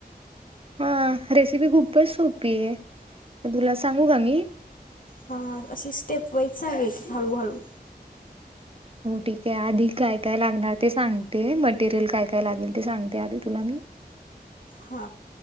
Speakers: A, on the right; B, on the left.
A: हा, रेसिपी खूपच सोपी आहे. तुला सांगू का मी.
B: हा अशी स्टेप वाईस सांग. हळूहळू
A: हो ठीक आहे. आधी काय काय लागणार ते सांगते. मटेरियल काय काय लागेल ते सांगते आधी तुला मी.
B: हा